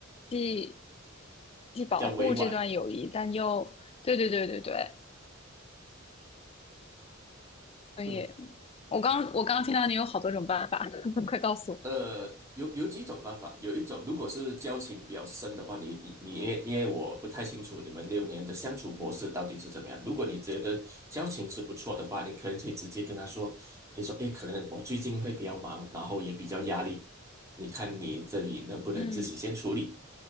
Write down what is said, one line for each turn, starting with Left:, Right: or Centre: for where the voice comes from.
Left: 既既保护这段友谊，
Right: 比较委婉。
Left: 但又对对对对对，所以
Right: 嗯。
Left: 我刚我刚听到你有好多种办法，<laughs> 快告诉我，
Right: 呃，有有几种方法，有一种如果是交情比较深的话，你你你因为因为我不太清楚你们六年的相处模式到底是怎么样。如果你觉得交情是不错的话，你可能可以直接跟他说，你说，诶，可能我最近会比较忙，然后也比较压力，你看你这里能不能自己先处理，
Left: 嗯